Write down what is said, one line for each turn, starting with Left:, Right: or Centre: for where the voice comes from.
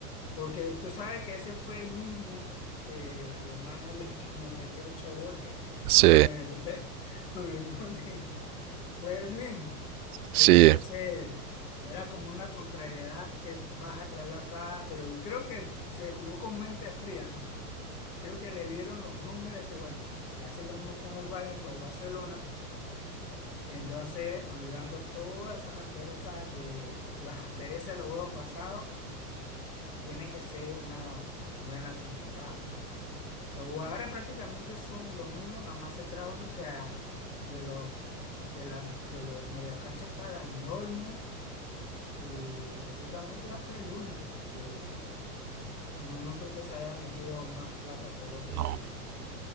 Left: Porque tú sabes que ese fue el mismo que el manager que nos metió ocho goles
Right: Sí,
Left: con el, <laughs> con el Múnich. Fue el mismo. Y
Right: sí,
Left: entonces era como una contrariedad que vas a traerla acá, pero yo creo que se jugó con mente fría, ¿no? Creo que le vieron los números y dice, bueno, si hace lo mismo con el Bayern, con el Barcelona, entonces olvidando todas esas asperezas de las asperezas de los juegos pasados tiene que ser una buena temporada porque los jugadores prácticamente son lo mismo, nada más se trajo creo que a- de los de la de los mediacanchas fue a Dani Olmo y prácticamente ya fue el único. el- no, no creo que se haya metido más plata por otro
Right: no,
Left: y,